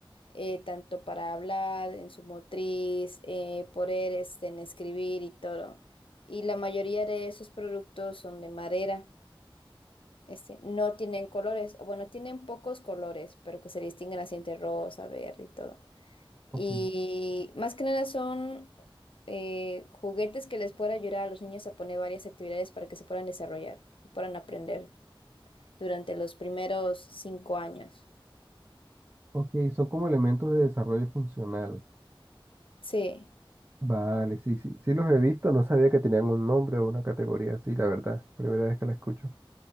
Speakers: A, on the left; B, on the right.
A: eh, tanto para hablar, en su motriz, eh, poder este, en escribir y todo. Y la mayoría de esos productos son de madera. Este, no tienen colores, o bueno, tienen pocos colores, pero que se distinguen así entre rosa, verde y todo.
B: Ok,
A: Y más que nada son eh, juguetes que les pueden ayudar a los niños a poner varias actividades para que se puedan desarrollar, puedan aprender durante los primeros cinco años.
B: Ok, son como elementos de desarrollo funcional.
A: Sí,
B: Vale, sí, sí, sí los he visto, no sabía que tenían un nombre o una categoría así, la verdad. Primera vez que la escucho.